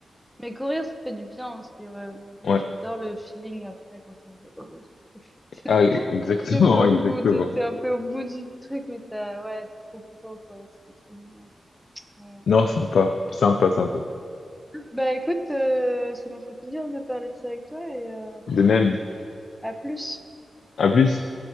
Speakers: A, in the centre; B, on the left.
A: Mais courir, ça fait du bien aussi, ouais. Moi, je-
B: Ouais.
A: J'adore le feeling après quand t'es un peu... <laughs>
B: Ah, exactement,
A: t'es un peu au
B: <laughs> exactement.
A: bout de- t'es un peu au bout du truc, mais t'as, ouais, t'es trop content, quoi. Ça fait trop du bien. Ouais.
B: Non, sympa, sympa, sympa.
A: Bah, écoute, euh, ça m'a fait plaisir de parler de ça avec toi et euh,
B: De même.
A: à plus.
B: À plus.